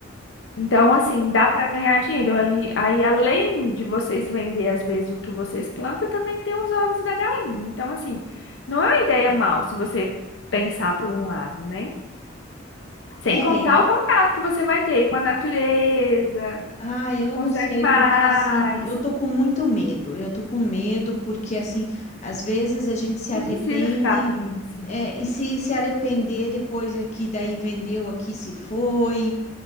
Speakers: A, on the left (about 70°); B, on the left (about 35°).
A: Então, assim, dá para ganhar dinheiro. Aí, aí, além de vocês vender, às vezes, o que vocês plantam, também tem os ovos da galinha. Então, assim, não é uma ideia mal se você pensar por um lado, né? Sem
B: É,
A: contar o contato que você vai ter com a natureza,
B: ah, eu
A: com
B: não
A: os
B: sei,
A: animais.
B: porque assim, eu tô com muito medo. Eu tô com medo porque assim, às vezes a gente se
A: Não
B: arrepende,
A: precisa ficar comendo assim.
B: é, e se se arrepender depois é que daí vendeu aqui se foi.